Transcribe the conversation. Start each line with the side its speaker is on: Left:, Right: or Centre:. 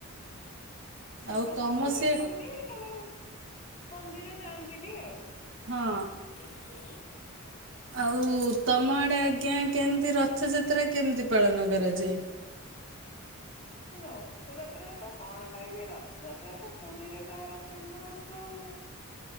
Left: ସେ
Right: ଆଉ
Left: ସବୁ
Right: ତମ
Left: ଆପଣ
Right: ସେ
Left: ଦେଖନ୍ତି କେବଳ ମନ୍ଦିର ଯାଆନ୍ତିନି ଆଉ।
Right: ହଁ।
Left: <unintelligible>
Right: ଆଉ ତମ ଆଡେ ଆଜ୍ଞା କେମତି ରଥଯାତ୍ରା କେମିତି ପାଳନ କରାଯାଏ?
Left: ରଥଯାତ୍ରା ତ କଣ କହିବି ରଥଯାତ୍ରା ତ ପୁରୀରେ ତାର ଫେମସ ଆଉ।